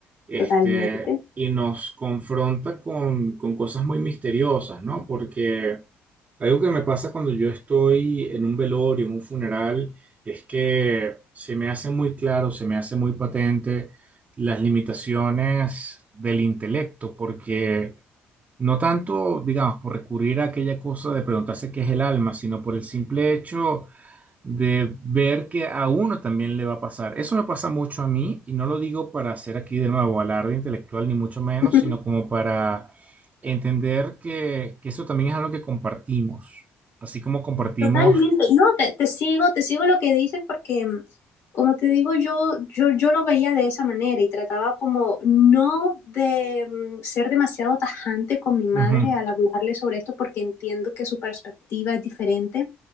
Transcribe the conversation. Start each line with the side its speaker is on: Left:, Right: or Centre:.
Right: este,
Left: totalmente.
Right: y nos confronta con, con cosas muy misteriosas, ¿no? Porque algo que me pasa cuando yo estoy en un velorio, en un funeral, es que se me hace muy claro, se me hace muy patente las limitaciones del intelecto, porque no tanto, digamos, por recurrir a aquella cosa de preguntarse qué es el alma, sino por el simple hecho de ver que a uno también le va a pasar. Eso me pasa mucho a mí y no lo digo para hacer aquí de nuevo alarde intelectual ni mucho menos,
Left: <laughs>
Right: sino como para entender que, que eso también es algo que compartimos, así como compartimos...
Left: Totalmente, no, te, te sigo, te sigo lo que dices porque, mm, como te digo, yo, yo, yo lo veía de esa manera y trataba como no de mm, ser demasiado tajante con mi madre
Right: ujú,
Left: al hablarle sobre esto porque entiendo que su perspectiva es diferente